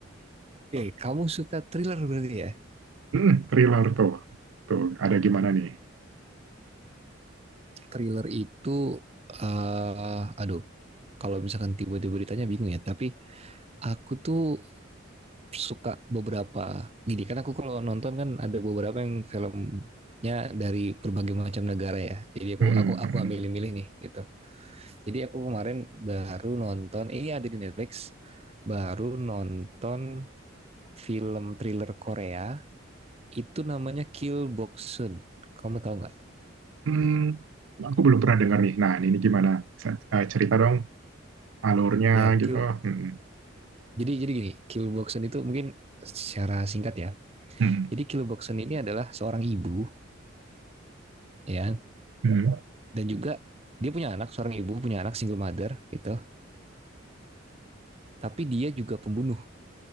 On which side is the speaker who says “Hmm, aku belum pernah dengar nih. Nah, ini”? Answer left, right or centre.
Right